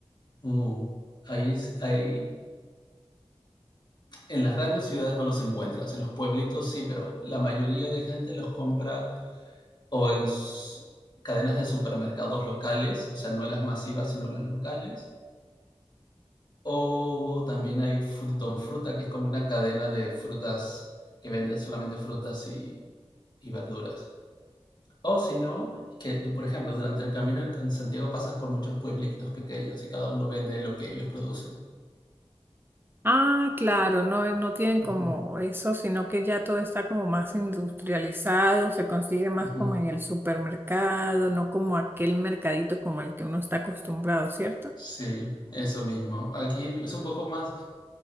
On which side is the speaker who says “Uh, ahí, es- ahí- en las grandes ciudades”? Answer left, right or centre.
Left